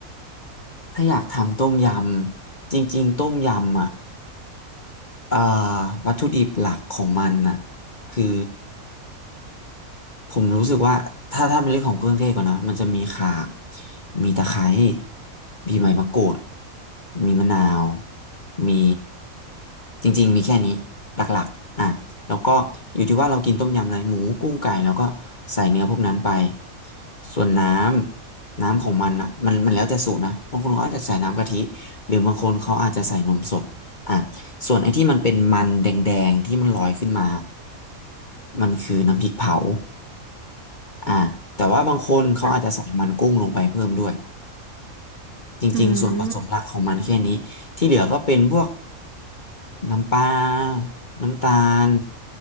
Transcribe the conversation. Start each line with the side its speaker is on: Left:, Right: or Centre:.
Left: ถ้าอยากทำต้มยำจริงๆต้มยำอ่ะเอ่อวัตถุดิบหลักของมันน่ะคือ ผมรู้สึกว่าถ้าถ้าเป็นเรื่องของเครื่องเทศก่อนนะมันจะมีข่ามีตะไคร้มีใบมะกรูดมีมะนาว มีจริงๆมีแค่นี้หลักๆอ่ะแล้วก็อยู่ที่ว่าเรากินต้มยำอะไรหมูกุ้งไก่แล้วก็ใส่เนื้อพวกนั้นไปส่วนน้ำน้ำของมันอ่ะมันมันแล้วแต่สูตรนะบางคนเขาอาจจะใส่น้ำกะทิหรือบางคนเขาอาจจะใส่นมสดอ่ะส่วนไอ้ที่มันเป็นมันแดงๆที่มันลอยขึ้นมามันคือน้ำพริกเผา อ่าแต่ว่าบางคนเขาอาจจะใส่มันกุ้งลงไปเพิ่มด้วย
Right: ค่ะ
Left: จริงๆส่วนผสมหลักของมันแค่นี้ที่เหลือก็เป็นพวก
Right: อืม
Left: น้ำปลาน้ำตาล